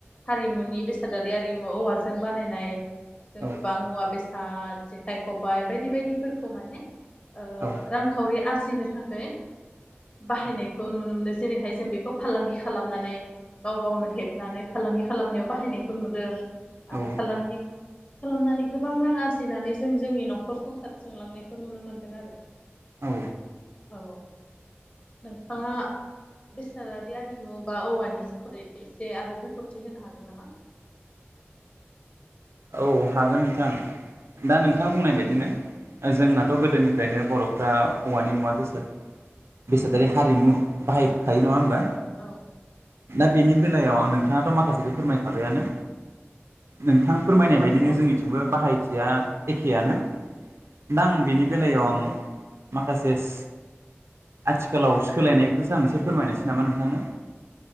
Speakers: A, on the left (about 30°); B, on the right (about 75°).
A: हारिमुनि बेसादारि आरिमु औवाजों बानायनाय जों
B: औ
A: गोबां मुवा बेस साल जेखाय खबाय बायद दि बायदिफोरखौ माने ओ
B: औ
A: रांखावरि आरजि जिनो थाखै बाहायनाय खौ नुनो मोनदों जेरैहाय जों बेखौ फालांगि खालामनानै गाव गावनो हेबनानै फालांगि खालामनायाव बाहायनायखौ नुदों।
B: औ
A: आरो फालांगि खालामनानै गोबां रां आरजिनानै जों जोंनि नखर स सार खुंलांनायखौ नुनो मोनदों आरो।
B: औ।
A: औ नोंथाङा बेसादादि आरिमु बा औवानि सोमोन्दै एसे आरो बुंफोरथि होनो हागोन नामा?
B: औ हागोन नोंथां दा नोंथां बुंनाय बायदिनो ओ जोंनाथ
A: औ
B: गोदोनि दोफ्रायनो बरफ्रा औवानि मुवा बेसाद बेसादारि हारिमु बाहायखायो नङा होमबा?
A: औ।
B: दा बेनि बेलायाव आं नोंथाङाथ माखासेखौ फोरमायखाबायानो नोंथां फोरमायनाय
A: औ
B: बायदिनो
A: औ
B: जोंनिथिंबो बाहायथि याखेयानो दा आं बेनि बेलायाव
A: औ
B: आं माखासेस आथिखालाव सोलायनायखौसो आं एसे फोरमायनोसै नामा नोंथांनो?